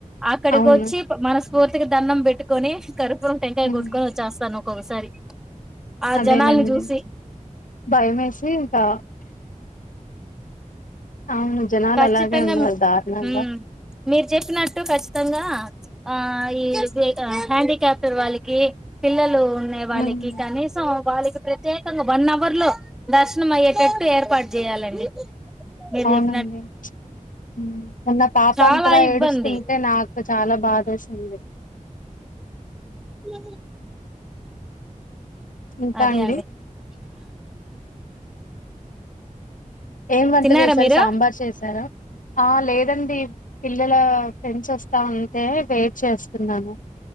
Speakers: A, in the centre; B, on the left (about 75°).
A: అక్కడికి
B: అవును.
A: వచ్చి మనస్ఫూర్తిగా దండం పెట్టుకొని కర్పురం టెంకాయ
B: హ్మ్.
A: గొట్టుకొని వచ్చేస్తాను ఒక్కొక్కసారి ఆ
B: అదేలేండి.
A: జనాల్ని జూసి
B: భయమేసి ఇంకా అవును జనాలు
A: ఖచ్చితంగా
B: అలాగే ఉన్నారు
A: మ్మ్
B: దారుణంగా
A: మీరు చెప్పినట్టు ఖచ్చితంగా ఆ ఈ బేటా హ్యాండికాప్టర్ వాళ్ళకి పిల్లలు ఉన్నాయి వాళ్ళకి
B: హ్మ్.
A: కనీసం వాళ్ళకి ప్రత్యేకంగా వన్ అవర్ లో దర్శనం అయ్యేటట్టు ఏర్పాటు చేయాలండి మీరు చె
B: ఉ ప్చ్ అండి ఉ పాప
A: చాలా
B: అంతలా
A: ఇబ్బంది
B: ఏడుస్తుంటే నాకు చాలా బాదేసింది
A: ఉ
B: ఇంకా
A: అదే
B: అండి
A: అదే
B: ఏం వంట
A: తిన్నారా
B: చేసారు
A: మీరు
B: సాంబార్ చేసారు ఆ లేదండి పిల్లల ఫ్రెండ్స్ వస్తాంటే వెయిట్ చేస్తున్నాను